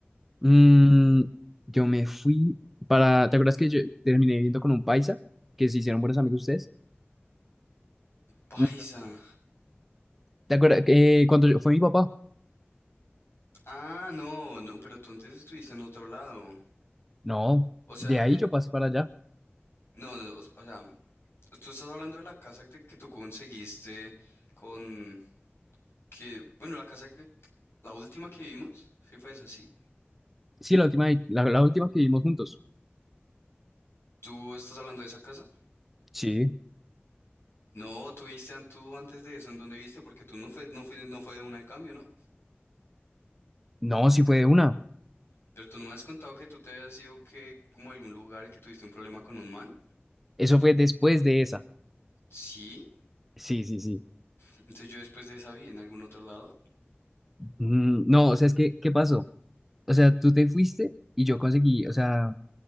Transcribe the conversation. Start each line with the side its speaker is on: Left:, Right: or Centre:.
Centre: Mm, yo me fui para. ¿Te acuerdas que yo terminé viendo con un paisa? Que se hicieron buenos amigos ustedes.
Left: Paisa.
Centre: Mm, ¿Te acuerdas que eh, cuando yo- fue mi papá?
Left: Ah, no, no, pero tú antes estuviste en otro lado.
Centre: No,
Left: O sea,
Centre: de ahí
Left: eh,
Centre: yo pasé para allá.
Left: No, no, o, o sea, tú estás hablando de la casa que, que tú conseguiste con que, bueno, la casa que, la última que vimos, sí fue esa, sí.
Centre: Sí, la última, la, la última que vimos juntos.
Left: ¿Tú estás hablando de esa casa?
Centre: Sí.
Left: No, tú viste an- tú antes de eso, ¿en dónde viste? Porque tú no fue, no fue, no fue de una al cambio, ¿no?
Centre: No, sí fue de una.
Left: Pero tú no me has contado que tú te habías ido que, como a algún lugar y que tuviste un problema con un man.
Centre: Eso fue después de esa.
Left: Sí.
Centre: Sí, sí, sí.
Left: Entonces yo después de esa vi en algún otro lado.
Centre: Mm, no, o sea, es que, ¿qué pasó? O sea, tú te fuiste y yo conseguí, o sea.